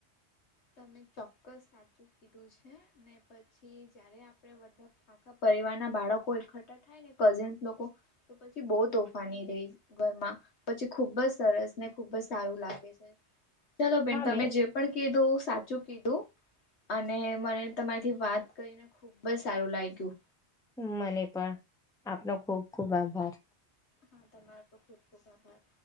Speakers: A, on the left; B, in the centre.
A: તમે ચોક્કસ સાચું કીધું છે ને પછી જયારે આપડ બધ આખા પરિવાર ના બાળકો એકઠા થાય ને કઝિન લોકો તો પછી બહુ તોફાની રહીશ ઘરમાં પછી ખુબ જ સરસ ને ખુબ જ સારું લાગે છે ચાલો બેન
B: હમ
A: તમે જે પણ કીધો સાચું કીધું અને મને તમારીથી વાત કરીને ખુબ જ સારું લાગ્યું
B: મને પણ આપનો ખુબ ખુબ આભાર
A: હા તમારો ખ ખૂબ ખૂબ આભાર